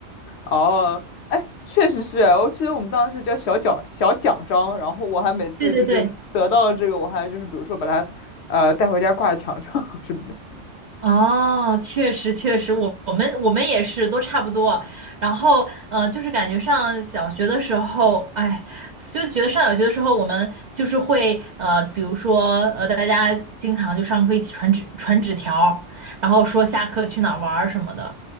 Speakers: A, on the left (about 70°); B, on the right (about 55°).
A: 哦，哎，确实是啊，我记得我们当时叫小奖小奖章，然后我还每次就是得到了这个，
B: 对对对，
A: 我还就是比如说把它呃带回家挂在墙上 <laughs> 什么的。
B: 哦，确实确实，我我们我们也是都差不多。然后呃，就是感觉上小学的时候，哎，就觉得上小学的时候，我们就是会呃，比如说呃，大家经常就上课一起传纸传纸条，然后说下课去哪儿玩儿什么的，